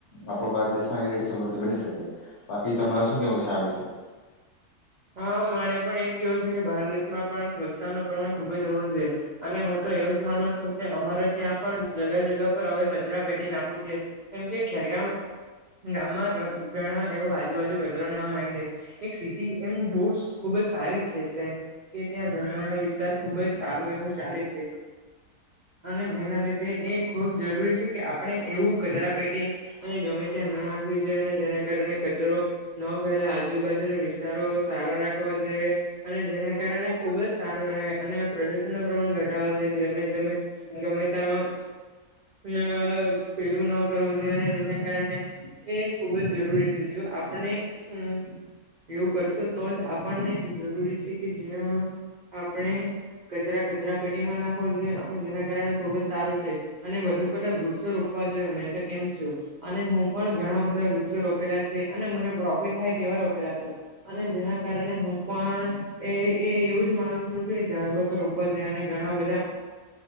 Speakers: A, on the left; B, on the right.
A: આપડો ભારત દેશમાં એવી રિટે સમૃદ્ધિ બની શકે. બાકી તમારે શું કેવું છે આ વિશે?
B: હા મારે પણ એજ કેવું છે કે ભારત દેશમાં પણ સ્વચ્છતા નો પ્રમાણ ખુબ જ હોવુ જોયે. અને હું તો એવું જ માનું છું કે અમારે ત્યાં પણ જગા જગા પર હવે કચરા પેટી નાખવું જોયે. કેમકે ખેરગામ ને ગામમાં ગ ઘણા એવો આજુબાજુ કચરો ને એવા નાખી દે, એક સિટી એમ બુસ્ટ ખુબ જ સારી છે સે. કે ત્યાં ધંધાનો વિસ્તાર ખુબ જ સારું એવું ચાલે છે. અને જેના લીધે એ ખુબ જરૂરી છે કે આપણે એવું કચરા પેટી અને ગમે ત્યાં ન નાખવી જોઈએ અને જેના કારણે કચરો ન ફેલા આજુબાજુના વિસ્ તારો સારા રાખાવા જોયે. અને જેના કારણે ખુબ જ સારું રહે અને પ્રદુષણ નું પ્રમાણ ઘટાવો જોયે ગેમે જેમે ગમે તા ન પેલું ન કરવું જોઈએ અને જેના કારણે એ ખુબ જ જરૂરી છે જો આપણે હમ્મ એવું કરશો તો જ આપણને જરૂરી છે કે જ્યાં આપણે કચરા કચરા પેટીમાં નાખવો જોઈએ અને જેના કારણે ખુબ જ સારું છે. અને વધુ પતાક વૃક્ષો રોપવા જોઈએ મેં તો કેમ છુ. અને હું પણ ઘણા બધા વૃક્ષો રોપેલા છે અને મને પ્રોફિટ થાય તેવા રો પેલા છે અને જેના કારણે હું પણ એ એ એવું જ માનું છું કે ઝાડવા તો રોપવા જોઈએ અને ઘણા બધા